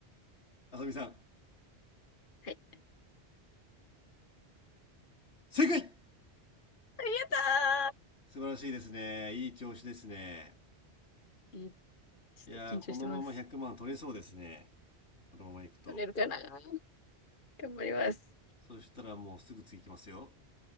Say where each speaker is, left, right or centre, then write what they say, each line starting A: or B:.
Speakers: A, on the left; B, on the left.
A: あさみさん
B: はい。
A: 正解
B: ありがと
A: 素晴らしいですねいい調子ですね
B: ういいちょっと緊張してます。
A: いやー、このまま100万取れそうですね。このままいくと。
B: 取れるかな頑張ります。
A: そしたらもうすぐ次いきますよ。